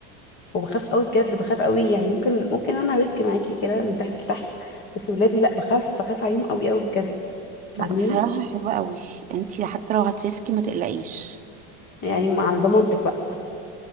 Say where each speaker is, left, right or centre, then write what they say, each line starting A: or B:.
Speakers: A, on the left; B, on the right.
A: وبخاف قوي بجد بخاف قوي يعني ممكن ممكن انا ريسك معاكي كده من تحت لتحت بس اولادي لا بخاف بخاف عليهم قوي قوي بجد فاهميني
B: لا بصراحه حلوه قوي انت حتى لو هترسكي ما تقلقيش
A: يعني م- على ضمانتك بقى